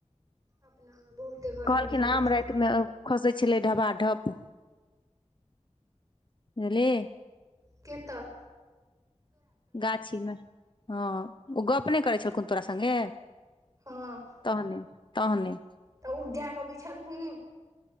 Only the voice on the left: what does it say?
कहलखिन
आम
रातिमे खसै छलै ढबा ढप अले
गाछीमे हँ ओ गप्प नहि करै छलखुन तोरा सङ्गे
तहने तहने